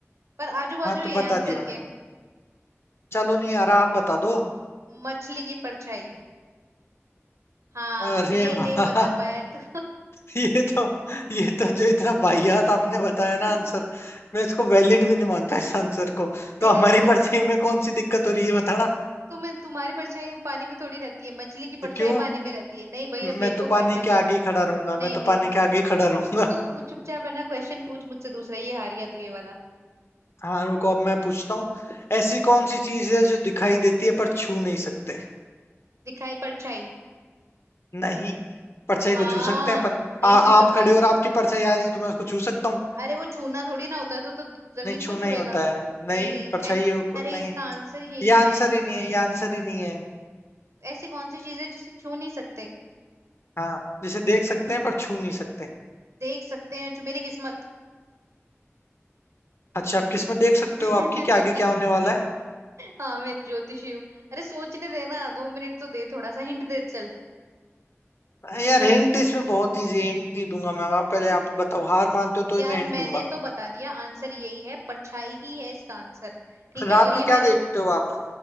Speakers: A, on the right; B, on the left.
A: पर आजू बाजू
B: हाँ तो
A: ही है
B: बता
A: आंसर
B: दिया मैंने
A: के
B: चलो नहीं आ रहा आप बता दो
A: मछली की परछाई हाँ
B: अरे
A: ये
B: वाह
A: नहीं बता पाया तू
B: <laughs> ये तो ये तो जो इतना बाहियात आपने बताया
A: <laughs>
B: ना आंसर मैं इसको वैलिड भी नहीं मानता इस आंसर को
A: तेरे
B: तो हमारी
A: कहने
B: परछाई
A: से।
B: में कौन सी दिक्कत हो रही है बताना
A: तो मैं तुम्हारी परछाई पानी में थोड़ी रहती है मछली की
B: तो
A: परछाई
B: क्यों
A: पानी में रहती है नहीं भाई अब मेरे
B: मैं तो
A: को
B: पानी
A: पॉइंट मिल
B: के
A: गया
B: आगे ही खड़ा रहूंगा मैं
A: नहीं
B: तो
A: नहीं
B: पानी के आगे ही खड़ा रहूंगा
A: तू कुछ चुपचाप है ना क्वेश्चन पूछ मुझसे दूसरा ये हार गया तू ये वाला
B: हाँ रुको अब मैं पूछता हूँ ऐसी कौन सी चीज है जो दिखाई देती है पर छू नहीं सकते
A: दिखाई परछाई
B: नहीं परछाई
A: हाँ
B: को छू सकते हैं अपन
A: नहीं
B: आ,
A: छू
B: आप
A: सकते
B: खड़े हो और आपकी परछाई आ रही है तो मैं उसको छू सकता हूँ
A: अरे वो छूना थोड़ी ना होता है तो, तो जमीन
B: नहीं छूना
A: को छुएगा
B: ही होता है नहीं
A: नहीं नहीं
B: परछाई
A: ऐसी
B: है ऊपर-
A: अरे
B: नहीं
A: इसका आंसर यही
B: ये
A: है
B: आंसर ही नहीं है ये आंसर ही नहीं है
A: ऐसी कौन सी चीज है जिसे छू नहीं सकते
B: हाँ जिसे देख सकते हैं पर छू नहीं सकते
A: देख सकते हैं जो मेरी किस्मत
B: अच्छा आप किसमें देख सकते
A: <laughs>
B: हो आपकी क्या आगे क्या होने वाला है
A: हाँ मैं ज्योतिषी हूँ अरे सोचने देना दो मिनट तो दे थोड़ा सा हिंट दे चल
B: <laughs> यार हिंट इसमें बहुत इजी है हिंट नहीं दूंगा मैं आप पहले आप बताओ हार मानते हो तो ही
A: यार
B: मैं हिंट
A: मैंने
B: दूंगा
A: तो बता दिया आंसर यही है परछाई ही है इसका आंसर ठीक
B: रात
A: है और
B: को
A: ये
B: क्या
A: मैंने
B: देखते हो आप